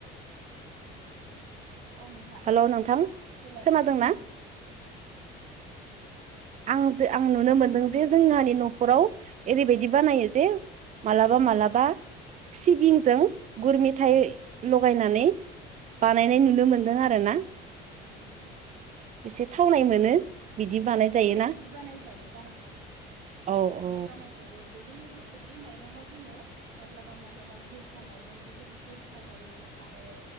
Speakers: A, on the right (about 85°); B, on the right (about 35°).
A: औ नोंथां
B: हेलौ नोंथां
A: देलाय
B: खोनादोंना
A: बुंलायसै
B: आं ज आं नुनो मोनदों जे जोंहानि नखराव ओरैबायदि
A: औ
B: बानायो जे मालाबा मालाबा सिबिंजों गुर मेथाय
A: उम
B: लगायनानै
A: उम
B: बानायनाय नुनो मोनदों आरो ना
A: उम उम उम
B: एसे थावनाय
A: औ
B: मोनो बिदि बानाय
A: अ बेफोरबायदिबो
B: जायोना
A: बानायजायो बानाय जायो नोंथां बेफोरबायदिबो
B: औ औ
A: बानाय जायो बेजों लोगोसे बे माइरंङाव जोङो माब्लाबा माब्लाबा जोसा माइरंखौबो एसे होफा जायो आरो